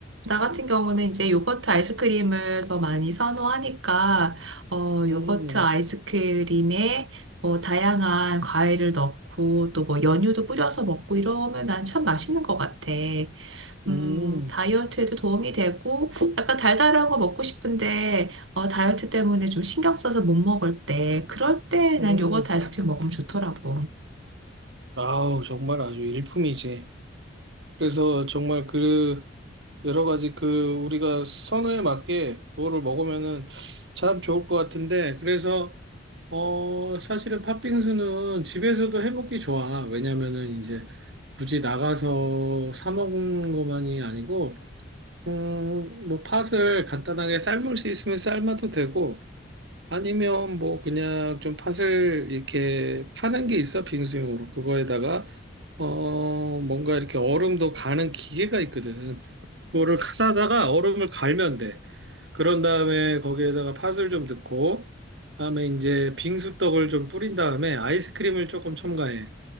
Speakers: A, on the right (about 80°); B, on the right (about 65°).
A: 나 같은 경우는 이제 요거트 아이스크림을 더 많이 선호하니까, 어,
B: 음,
A: 요거트 아이스크림에 뭐, 다양한 과일을 넣고, 또 뭐, 연유도 뿌려서 먹고 이러면 난 참 맛있는 것 같아.
B: 음,
A: 음, 다이어트에도 도움이 되고, 약간 달달한 거 먹고 싶은데, 어, 다이어트 때문에 좀 신경 써서 못 먹을 때, 그럴 때
B: 음.
A: 난 요거트 아이스크림 먹으면 좋더라고.
B: 아우, 정말 아주 일품이지. 그래서 정말 그 여러 가지 그 우리가 선호에 맞게 그거를 먹으면은 참 좋을 것 같은데 그래서 어 사실은 팥빙수는 집에서도 해 먹기 좋아. 왜냐면은 이제 굳이 나가서 사 먹는 것만이 아니고 음뭐 팥을 간단하게 삶을 수 있으면 삶아도 되고 아니면 뭐 그냥 좀 팥을 이렇게 파는 게 있어 빙수용으로 그거에다가 어 뭔가 이렇게 얼음도 가는 기계가 있거든. 그거를 싸다가 얼음을 갈면 돼. 그런 다음에 거기에다가 팥을 좀 넣고, 다음에 이제 빙수떡을 좀 뿌린 다음에 아이스크림을 조금 첨가해.